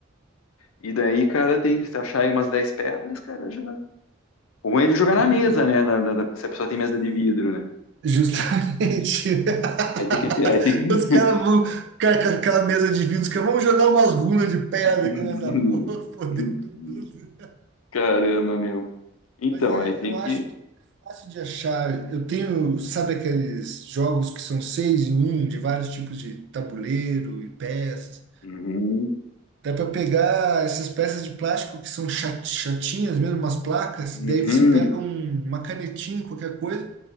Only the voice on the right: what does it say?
Mas,
eh, Justamente. <laughs>
Os
caras vão. Cara, com aquela mesa de vidro, os caras vão jogar umas runas de pedra
aqui nessa <laughs> porra, fodendo tudo.
Mas é,
eu acho
que é fácil de achar. Eu tenho, sabe aqueles jogos que são seis em um, de vários tipos de tabuleiro e peças.
Dá para pegar essas peças de plástico que são chat- chatinhas mesmo, umas placas,
daí você pega um- uma canetinha, qualquer coisa,